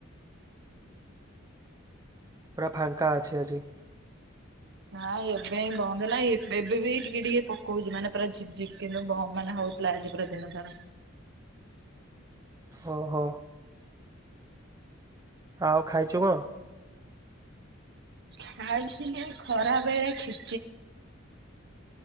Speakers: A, on the right; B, on the right.
A: ପୁରା ଫାଙ୍କା ଅଛି ଆଜି।
B: ନା ଏବେ ହିଁ ବନ୍ଦ ହେଲା ଏ ଏବେ ବି ଟିକେ ଟିକେ ପକଉଚୁ ମାନେ ପୁରା ଝିପ୍ ଝିପ୍ କିନ୍ତୁ ବ ମାନେ ହଉ ଥିଲା ଆଜି ପୁରା ଦିନ ସାରା।
A: ଓହୋ, ଆଉ ଖାଇଛୁ କଣ?
B: ଖାଇଥିଲି ଏ ଖରା ବେଳେ ଖେ